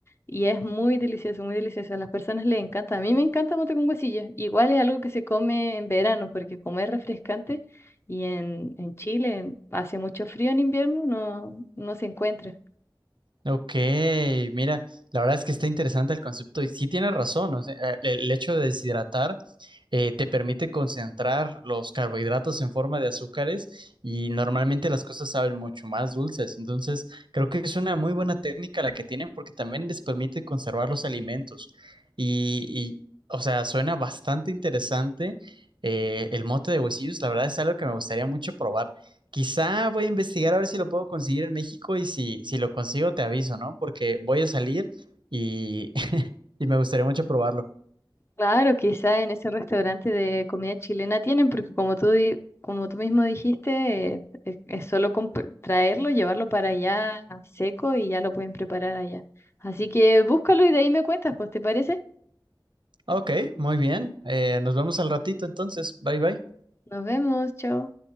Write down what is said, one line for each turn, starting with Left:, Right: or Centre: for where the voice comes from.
Left: Y es muy delicioso, muy delicioso. A las personas les encanta. A mí me encanta mote con huesillo. Igual es algo que se come en verano porque como es refrescante. Y en, en Chile hace mucho frío en invierno, no, no se encuentra.
Right: Ok, mira, la verdad es que está interesante el concepto y sí tienes razón, o sea, eh, el el hecho de deshidratar eh, te permite concentrar los carbohidratos en forma de azúcares y normalmente las cosas saben mucho más dulces, entonces creo que es una muy buena técnica la que tienen porque también les permite conservar los alimentos y, y, o sea, suena bastante interesante eh, el mote de huesillos, la verdad es algo que me gustaría mucho probar. Quizá voy a investigar a ver si lo puedo conseguir en México y si, si lo consigo te aviso,
Left: Mm.
Right: ¿no? Porque voy a salir y, <laughs> y me gustaría mucho probarlo.
Left: Claro, quizá en ese restaurante de comida chilena tienen, porque como tú, di- como tú mismo dijiste, eh, es, es solo compr- traerlo, llevarlo para allá seco y ya lo pueden preparar allá. Así que búscalo y de ahí me cuentas, pues, ¿te parece?
Right: Ok, muy bien. Eh, nos vemos al ratito entonces. Bye bye.
Left: Nos vemos, chao.